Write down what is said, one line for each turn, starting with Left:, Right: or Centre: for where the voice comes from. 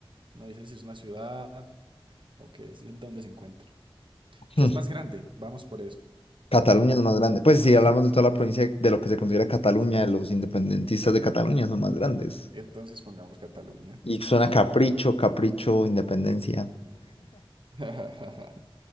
Right: No dicen si es una ciudad o qué es, en dónde se encuentra.
Left: <laughs>
Right: ¿Qué es más grande? Vamos por eso.
Left: Cataluña es más grande. Pues si hablamos de toda la provincia de de lo que se considera Cataluña,
Right: Sí.
Left: los independentistas de Cataluña son más grandes.
Right: Sí. Entonces pongamos Cataluña.
Left: Y suena capricho, capricho, independencia.
Right: <laughs>